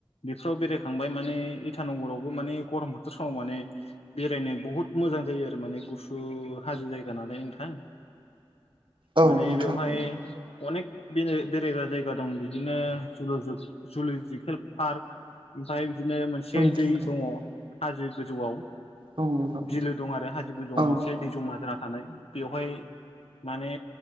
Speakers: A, on the left; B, on the right.
A: बेफोराव बेरायखांबाय माने इटानगरावबो माने गरम बोथोर समाव माने बेरायनो बहुत मोजां जायो आरो माने गुसु हाजो जायगा नालाय नोंथां।
B: औ
A: माने
B: नोंथां
A: बेवहाय अनेक बे बेरायग्रा जायगा दं बिदिनो ज जुल'जिकेल पार्क ओमफ्राय बिदिनो मोनसे
B: उम नोंथां
A: दै दङ हाजो गोजौआव
B: औ नोंथां
A: बिलो दं आरो हाजो गोजौआव
B: औ
A: मोनसे दै जमा जाना थानाय बेवहाय माने